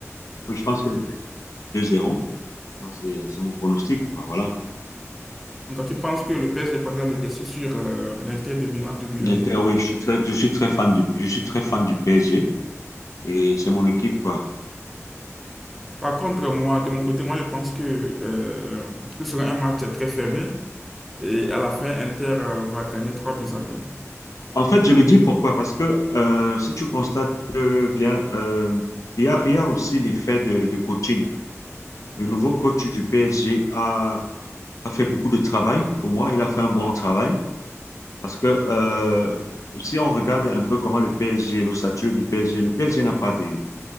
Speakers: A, on the left (about 85°); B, in the centre.
A: Oui, je pense que le PSG va gagner 2-0. Moi, c'est c'est mon pronostic, quoi. Voilà.
B: Donc, quand tu penses que le PSG prendra le dessus sur euh, l'Inter de Milan de buts
A: L'Inter,
B: à zéro.
A: oui, je suis très, je suis très fan du, je suis très fan du PSG et c'est mon équipe, quoi.
B: Par contre, moi, de mon côté, moi, je pense que euh, ce sera un match très fermé et à la fin, Inter euh, va gagner 3 buts à un
A: En fait, je le dis pourquoi? Parce que euh, si tu constates euh, bien, euh, il y a, il y a aussi l'effet de, de coaching. Le nouveau coach du PSG a, a fait beaucoup de travail. Pour moi, il a fait un bon travail parce que euh, si on regarde un peu comment le PSG, l'ossature du PSG, le PSG n'a pas des,